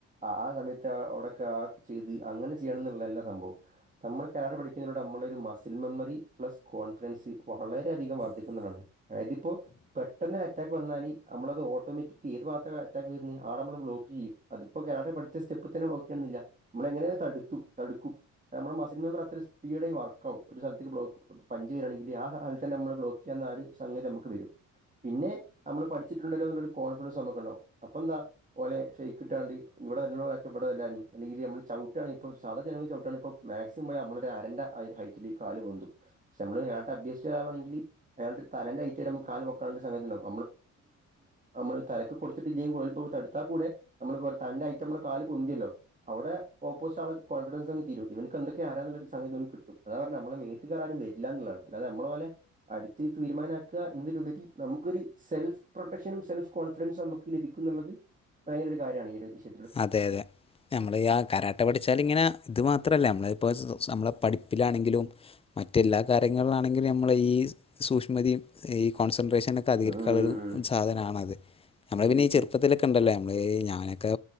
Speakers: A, on the right; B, on the left.
A: ആഹ് സമയത്ത്അവിടക്കെ ആക്ക് ചെയ്ത് അങ്ങനെചെയ്യണംന്ന്ള്ളല്ല സംഭവം തമ്മള് കരാട്ടെ പഠിക്കുന്നതിലൂടെ അമ്മളെരു മസിൽമെമ്മറി പ്ലസ് കോൺഫിഡൻസ് വളരെയധികം വർദ്ധിക്കുന്നാണ് ആയതിപ്പോ പെട്ടെന്നൊരഅറ്റ വന്നാലീ നമ്മളത്ഓട്ടോമെറ്റിക്കീത് ഭാഗത്തഅറ്റാക്ക് വരുന്ന ആളമ്മള് ബ്ലോക്ക്‌ചെയ്യുംഅത്‌ ഇപ്പ കരാട്ട പഠിച്ച സ്റ്റെപ്പ് തന്നെ ബ്ലോക്ക്ക്കെയണംന്നില്ല നമ്മളെങ്ങനെയതടുത്തു തടുക്കും നമ്മളെ മസ് മസിൽ മെമ്മറി അത്ര സ്പീഡെയിവർക്കാവും ഒരുസൽത്തിക്ക്ബ്ലോക്ക് പഞ്ച് വരാണെങ്കില് ആഹ് കാലത്ത്തന്നെ നമ്മള്ബ്ലോക്ക്ചെയ്യാവുന്നആര് സംഗതിനമ്മ്ക്ക് വരും പിന്നെ നമ്മള് പഠിച്ചിട്ടുണ്ടല്ലോന്നൊരു കോൺഫിഡൻസ് നമ്മുക്കുണ്ടാവും അപ്പൊന്താ പോലെ ഫേക് ട്ടാണ്ട് ഇവടെ <unintelligible> അല്ലെങ്കി നമ്മള് ചവിട്ടാണെങ്കി ഇപ്പോ സാധാ ജനങ്ങള് <unintelligible> സ്സിമ്പോഴാനമ്മളൊരു അരണ്ട ഹൈ ഹൈറ്റില് കാല്ംപൊന്തു പക്ഷെമ്മള് <unintelligible> അഭ്യസിച്ചരാളാണെങ്കില് അയാളുടെ തലന്റെ ഐറ്റം നമുക്ക് കാൽ വെക്കനുള്ള സംഗതിണ്ടാവും നമ്മള് <unintelligible> അത്താകൂടെ നമ്മള്പ്പൊതലന്റയിറ്റംമ്മള് കാല് പൊന്തിയല്ലോ അവിടെ ഓപ്പോസ്റ്റ്ആള് കോൺഫിൻസ്ങ്തീരും ഇവൻക്ക്എ ക്കെആരാനുള്ളസംഗതി ഓൻകിട്ടും അതാ പറഞ്ഞെനമ്മളെ മെത്ത്കാറാരുംവര്ല്ലന്നുള്ളാണ് അല്ലാതെഅമ്മള്ഓലെ അടിച്ച്തീരുമാനാക്ക എന്ന്ലുപരി നമുക്കൊര് സെൽഫ്പ്രൊട്ടക്ഷനും സെൽഫ്കോൺഫിഡൻസുംനമുക്ക് ലഭിക്കുംന്നുള്ളത് ഭയങ്കരഒരുകാര്യാണ് ഈഒരുവിഷ
B: അതെഅതെ നമ്മളെയാ കരാട്ടപഠിച്ചാലിങ്ങനെ ഇത് മാത്രമല്ല നമ്മള്പ്പൊനമ്മളെപഠിപ്പിലാണെങ്കിലും മറ്റെല്ലാകാര്യങ്ങൾളാണെങ്കിലുംമ്മളഈ സൂക്ഷ്മതിയും ഈ കോൺസെൻട്രേഷനൊക്കെ ഒക്കെഅധകരിക്കാള്ളൊരു
A: ഉം ഉം
B: സാധനാണത് നമ്മള്പിന്നെ
A: ശരിക്കും
B: ഈ ചെറുപ്പത്തിലൊക്കെണ്ടല്ലോ നമ്മളഈ ഞാനൊക്കെ